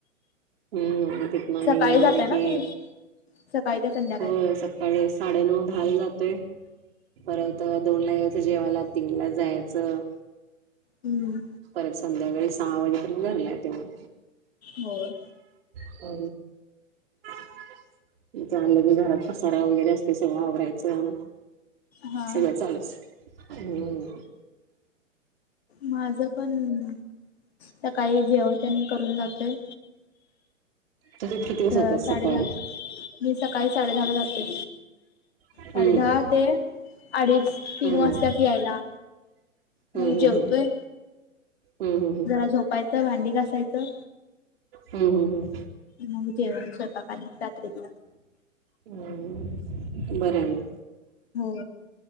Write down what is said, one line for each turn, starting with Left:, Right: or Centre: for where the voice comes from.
Right: हम्म, तितन आणि
Left: सकाळी
Right: आल
Left: जाताय ना
Right: की,
Left: तुम्ही सकाळी ते संध्याकाळी
Right: हो स सकाळी साडेनऊ दहाला जातोय, परत दोन ला यायचं जेवाला, तीन ला जायच. च,
Left: हम्म
Right: परत संध्याकाळी सहा वाजेपर्यत घरला येतोय मग.
Left: होय.
Right: अ <inaudible> झालं की घरात पसारा वगैरे असते सगळं आवरायचं,
Left: हा
Right: सगळं चालूच हम्म.
Left: माझ पण, सकाळी जेवण तेन करून जातोय.
Right: तुझे किती वाजता
Left: अ
Right: जातात सकाळी
Left: साडे दहा, मी सकाळी साडे दहा ला जाते.
Right: हम्म
Left: साडे दहा ते, अडीच तीन
Right: हम्म
Left: वाजतात यायला.
Right: हम्म
Left: म
Right: हम्म
Left: जेवतोय,
Right: हम्म हम्म
Left: जरा झोपायचं भांडी घासायचं
Right: हम्म हम्म हम्म
Left: मग जेवण स्वयंपाक आणिक रात्रीच.
Right: हम, बरं आहे मग.
Left: हो.